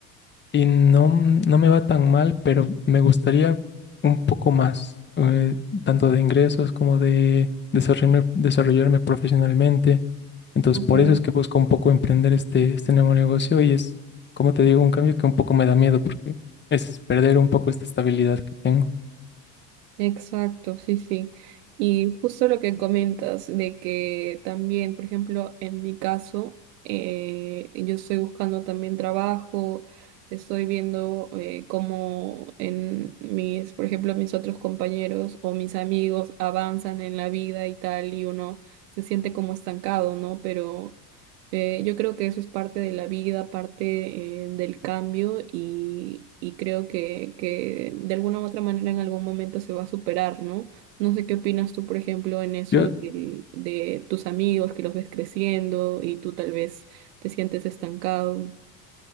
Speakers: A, on the left; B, on the right.
A: y no, no me va tan mal, pero me gustaría un poco más, eh, tanto de ingresos como de desarrollarme, desarrollarme profesionalmente. Entonces,
B: okay.
A: por eso es que busco un poco emprender este, este nuevo negocio y es, como te digo, un cambio que un poco me da miedo porque es perder un poco esta estabilidad que tengo.
B: exacto, sí, sí. Y justo lo que comentas de que también, por ejemplo, en mi caso, eh, yo estoy buscando también trabajo, estoy viendo eh, cómo en mis, por ejemplo, mis otros compañeros o mis amigos avanzan en la vida y tal, y uno se siente como estancado, ¿no? Pero Eh, yo creo que eso es parte de la vida, parte eh, del cambio y, y creo que, que de alguna u otra manera en algún momento se va a superar, ¿no? No sé qué opinas tú, por ejemplo, en eso
A: Yo
B: del- de tus amigos que los ves creciendo y tú tal vez te sientes estancado.